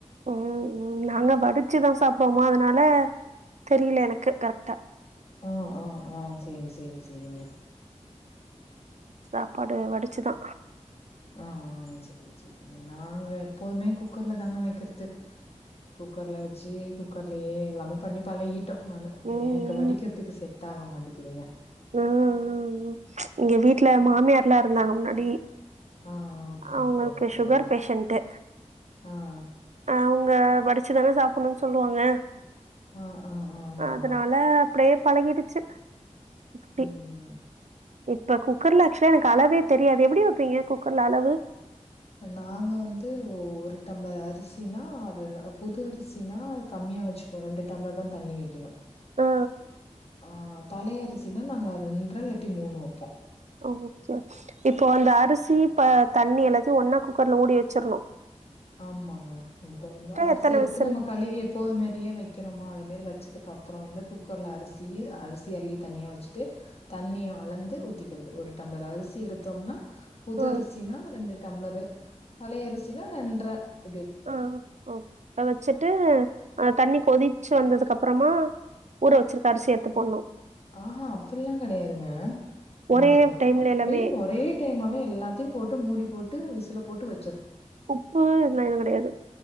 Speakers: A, on the right (about 70°); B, on the left (about 55°).
A: ஒ உ நாங்க வடிச்சுதா சாப்பிடுவோமா அதனால தெரில எனக்கு கரெக்ட்டா
B: ஆ ஆ ஆ சேரி சேரி சேரிங்க
A: சாப்பாடு வடிச்சுதா
B: ஆ ஆ சேரி சேரிங்க நாங்க எப்போதுமே குக்கர்ல தாங்க வக்கிறது குக்கர்ல வச்சு குக்கர்லயே எல்லாமே பண்ணி பழகிட்டோ நானு
A: ம்
B: எனக்கு வடிக்கிறதுக்கு செட் ஆக மாட் தீக்குதுங்க
A: ம்ம்ம் ச் இங்க வீட்ல மாமியார் ல்ல ருந்தாங்க முன்னாடி
B: ஆ ஓகே
A: அவுங்களுக்கு
B: ஓகே ஓகேங்க
A: சுகர் பேஷன்ட்டு
B: ஆ
A: அவுங்க படிச் ச்சுதான சாப்புணுன்னு சொல்லுவாங்க
B: ஆ ஆ ஆமா
A: அதனால அப்படயேப் பழகிடுச்சு இப்புட்டி
B: ம்
A: இப்ப குக்கர்ல அக்சுலா எனக்கு அளவே தெரியாது எப்டி வப்பீங்க குக்கர்ல அளவு
B: நாங்க வந்து வொரு டம்ளர் அரிசின்னா அத புது அரிசினா கம்மியா வச்சுப்போ ரெண்டு டம்ளர் தா தண்ணி வெக்கணு
A: ஆ
B: ஆ பழைய அரிசினா நாங்க ரெண் <unintelligible> மூணு வப்போ
A: ஓ ஓகே இப்போ அந்த அரிசி ப தண்ணி எல்லாத்தையு ஒன்னா குக்கர்ல ஊடி வச்சிர்ணு
B: ஆமாங்க இப்ப வந்து அரிசி
A: எத்தன
B: எடுத்து
A: விசில்
B: நம்ம கழிவி எப்போது மாரியே வக்கிறோமா அதே மாரி வச்சுது அக்கப்பறம் வந்து குக்கர்ல அரிசி அரிசி அள்ளி தனியா வச்சுட்டு தண்ணிய அளந்து ஊத்திக்கிறது ஒரு டம்ளர் அரிசி எடுத்தோம்னா புது
A: ஆ
B: அரிசினா ரெண்டு டம்ளரு பழைய அரிசின்னா ரெண் <unintelligible>
A: ஆ ஒ வச்சுட்டு அ தண்ணி கொதிச்சு வந்ததுக்கு அப்பறமா ஊற வச்சிருக்க அரிசி எடுத்து போடணு
B: ஆஹா அப்டில்லா கெடையாதுங்க நீங்க
A: ஒரே
B: சொல்
A: டைம்ல
B: அப்டி
A: எல்லாமே
B: ஒரே டைமாவே எல்லாத்தையு போட்டு மூடி போட்டு விஸ் த்துல போட்டு வ
A: உப்பு இல்ல <unintelligible> டையெது